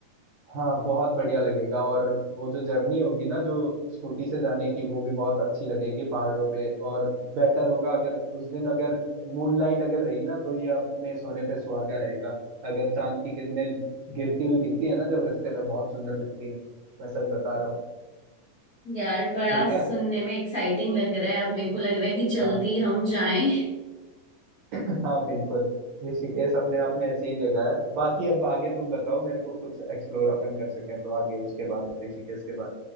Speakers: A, on the right; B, on the left.
A: हाँ बहुत बढ़िया लगेगा और वो जो जर्नी होगी ना जो स्कूटी से जाने की वो भी बहुत अच्छी लगेगी पहाड़ों पे और बेटर होगा अगर उस दिन अगर मूनलाइट अगर रही ना तो ये अपने सोने पे सुहागा रहेगा अगर चांद की किरणें गिरती हुई दिखती है ना जब रास्ते पे बहुत सुंदर लगती है मैं सच बता रहा हूँ
B: यार बड़ा
A: ठीक है
B: सुनने में एक्साइटिंग लग रहा है अब मेरे को लग रहा है कि जल्दी
A: हाँ
B: हम जाएं
A: <laughs> हाँ बिल्कुल ऋषिकेश अपने आप में ऐसी ही जगह है बाकी अब आगे तुम बताओ मेरे को कुछ एक्सप्लोर अपन कर सकें तो आगे उसके बाद ऋषिकेश के बाद